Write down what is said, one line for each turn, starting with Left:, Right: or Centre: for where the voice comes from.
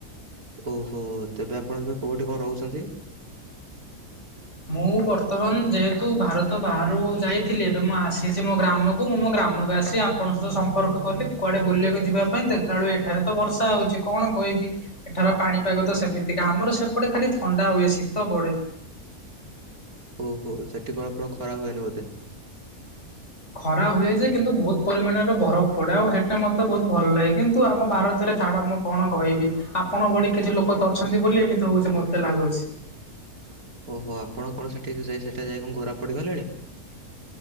Right: ଓହୋ ତେବେ ଆପଣ ଏବେ କୋଉଠି କଣ ରହୁଛନ୍ତି?
Left: ମୁଁ ବର୍ତ୍ତମାନ ଯେହେତୁ ଭାରତ ବାହାରୁକୁ ଯାଇଥିଲି ଏବେ ମୁଁ ଆସିଛି ମୋ ଗ୍ରାମକୁ ମୁଁ ମୋ ଗ୍ରାମକୁ ଆସିଛି ସେ ଆପଣଙ୍କ ସହିତ ସମ୍ପର୍କ କଲି କୁଆଡେ ବୁଲିବାକୁ ଯିବା ପାଇଁ ଦେଖିଲା ବେଳୁ ଏଠାରେ ତ ବର୍ଷା ହେଉଛି କଣ କହିବି। ଏଠାର ପାଣିପାଗ ତ ସେମିତିକା। ଆମର ସେପଟେ ଖାଲି ଥଣ୍ଡା ହୁଏ ଶୀତ ପଡେ।
Right: ଓହୋ! ସେଠି କଣ ଆପଣ ଖରା ହୁଏନି ବୋଧେ।
Left: ଖରା ହୁଏ ଯେ କିନ୍ତୁ ବହୁତ ପରିମାଣରେ ବରଫ ପଡେ। ଆଉ ସେଇଟା ମତେ ବହୁତ ଭଲ ଲାଗେ କିନ୍ତୁ ଆମ ଭାରତରେ ଛାଡ କଣ କହିବି ଆପଣ ଭଳି କିଛି ଲୋକ ତ ଅଛନ୍ତି ବୋଲି ଏମିତି ହଉଛି ମତେ ଲାଗୁଛି।
Right: ଓହୋ ଆପଣ କଣ ସେଠି ଯାଇ ସେଠ ଯାଇ କଣ ଘରା ପଡ଼ିଗଲେଣି।